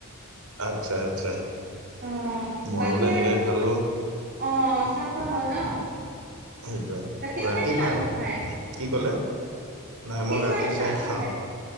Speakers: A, on the right; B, on the right.
A: আচ্ছা আচ্ছা।
B: অ
A: ময়ো
B: বাকী
A: তেনেকৈ
B: আৰু?
A: খালোঁ
B: অ চাহ খোৱা হ'ল ন?
A: সেইটোৱে
B: গাখীৰ চাহ
A: ৰাতি
B: খাই নে লাল
A: ভা,
B: চাহ খাই
A: কি ক'লে? নাই মই
B: চাহ
A: গাখীৰ
B: নে লাল
A: চাই
B: চাহ
A: খাওঁ।
B: খাই